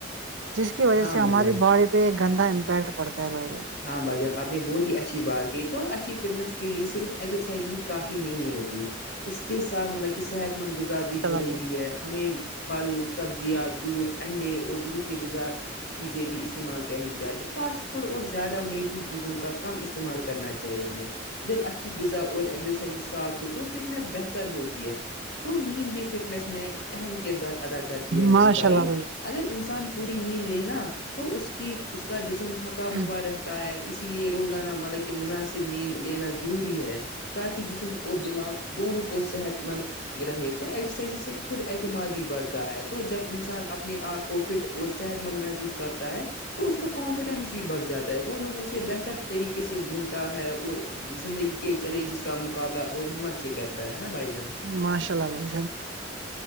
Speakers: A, on the right; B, on the left.
A: جس کی وجہ
B: ہاں
A: سے
B: بھائی
A: ہماری
B: جان
A: باڈی پے ایک گندا امپیکٹ پڑتا ہے بھائی جان
B: ہاں بھائی جان آپ نے بہت ہی اچھی بات کہی تو اچھی فٹنس کے لیے صرف ایکزرسائز ہی کافی نہیں ہوتی اس کے ساتھ مطلب کی صحت مند غذا بھی
A: جان
B: ضروری ہے ہمیں پھل سبزیاں دودھ انڈے اور دوسرری غذا چیزیں بھی استعمال کرنی چاہیں فاسٹ فوڈ اور ز زیادہ میٹھی چیزوں کا کم استعمال کرنا چاہیے ہمیں جب اچھی غذا اور ایزرسائز ساتھ ہو تو فٹنس بہتر ہوتی ہے تو نیند بھی فٹنس میں اہم کردار ادا کرتی ہے
A: ماشاء
B: میرے بھائی
A: اللہ
B: اگر انسان پوری نیند لینا تو اس کی اس کا جسم تھکا
A: جان
B: ہوا رہتا ہے اسی لیے روزانہ مطلب کے مناسب نیند لینا ضروری ہے تاکی جسم اور دماغ دونوں کو صحت مند رہے تو ایکسرسائزز سے خود اعتماد بھی بڑھتا ہے تو جب انسان اپنے آپ کو فٹ اور صحت مند محسوس کرتا ہے تو اس کا کانفیڈینس بھی بڑھ جاتا وہ لوگوں سے بہتر طریقے سے ملتا ہے اور زندگی کے چیلنجزس کا مقابلہ اور ہمت سے کرتا ہے نا بھائی جان
A: ماشاء اللہ بھائی جان